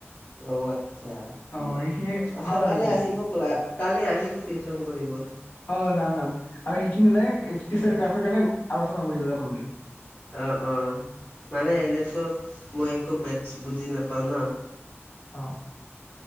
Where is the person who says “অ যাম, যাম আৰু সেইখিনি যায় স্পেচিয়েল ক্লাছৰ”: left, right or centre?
Left